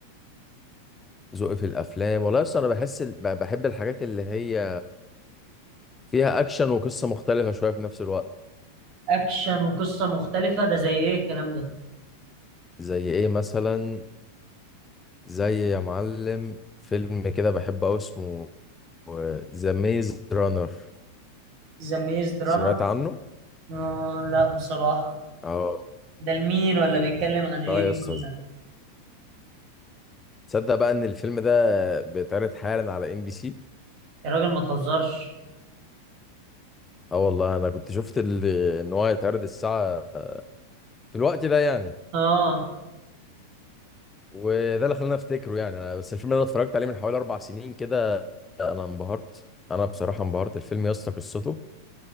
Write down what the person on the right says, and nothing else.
اكشن وقصة مختلفة ده زي ايه الكلام ده
ذا ميز دراما
آه لا بصراحة
ده لمين ولا بيتكلم عن ايه
ولا
يا راجل ما تهزرش
اه